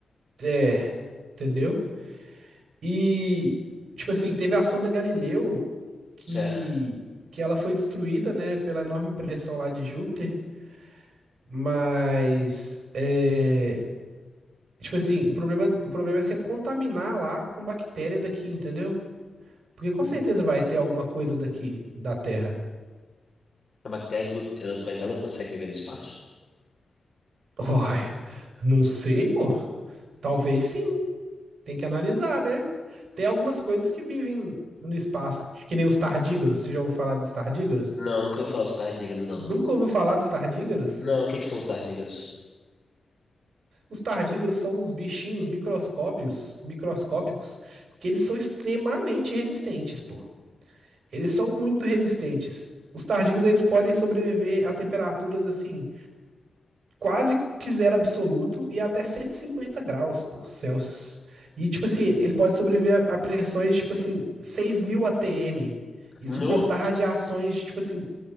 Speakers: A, on the right (about 85°); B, on the left (about 30°).
A: É, entendeu? E, tipo assim, teve a sonda Galileu que,
B: Certo.
A: que ela foi destruída, né, pela enorme pressão lá de Júpiter, mas, é, tipo assim, o problema, o problema é você contaminar lá com bactéria daqui, entendeu? Porque com
B: Hum.
A: certeza vai ter alguma coisa daqui, da Terra.
B: A bactéria, do, ela- mas ela consegue viver no espaço?
A: <laughs> Uai, não sei, pô. Talvez sim. Tem que analisar, né? Tem algumas coisas que vivem no espaço, que nem os tardígrados. Você já ouviu falar dos tardígrados?
B: Não, nunca ouvi falar dos tardígrados, não.
A: Nunca ouviu falar dos tardígrados?
B: Não, o que que são os tardígrados?
A: Os tardígrados são uns bichinhos microscópios, microscópicos, que eles são extremamente resistentes, pô. Eles são muito resistentes. Os tardígrados, eles podem sobreviver a temperaturas assim quase que zero absoluto e até 150 graus, pô, Celsius. E, tipo assim, ele pode sobreviver a a pressões, tipo assim, seis mil ATM e
B: No?
A: suportar radiações, de, tipo assim,